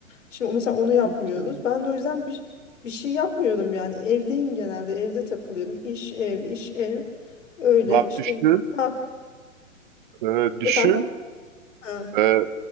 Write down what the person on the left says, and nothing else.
Şimdi mesela onu yapmıyoruz.
Ben de o yüzden bir, bir şey yapmıyorum yani. Evdeyim genelde. Evde takılıyorum. İş ev, iş ev. Öyle
işte
ne yap-
efendim? Ha,